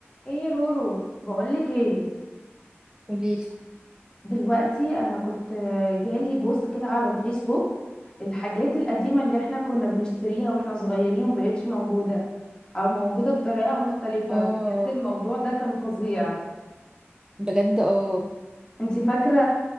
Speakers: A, on the left; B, on the right.
A: ايه يا رورو بقولك ايه
B: قوليلي
A: دلوقتي انا كنت جالي بوست كده على الفيسبوك الحاجات القديمة اللي احنا كنا بنشتريها واحنا صغيرين ومبقتش موجودة او موجودة بطريقة مختلفة
B: اه
A: بجد الموضوع ده كان فظيع
B: بجد اه
A: انتي فاكرة